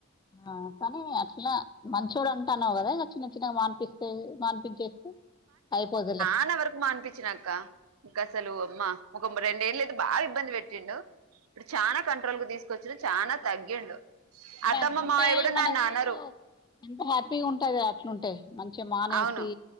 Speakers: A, on the left; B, on the right.
A: ఆ కానీ అట్లా మంచోడు అంటాన్నావు కదా ఇగ చిన్న చిన్నగా మానిపిస్తే మానిపించేస్తే అయిపొద్ది లే
B: చానా వరకు మానిపిచినక్క గసలు అమ్మ ఒక మా రెండేళ్ల అయితే బా ఇబ్బంది పెట్టిండు ఇప్పుడు చాలా కంట్రోల్ కు తీసుకొచ్చడు చానా తగ్గిండు
A: అంటే
B: అత్తమ్మ
A: అట్లుంటే
B: మావయ్య కూడా
A: మనకు
B: నన్ననరు
A: ఎంత హ్యాపీగా ఉంటాది అట్లుంటే మంచిగా మానేసి
B: అవును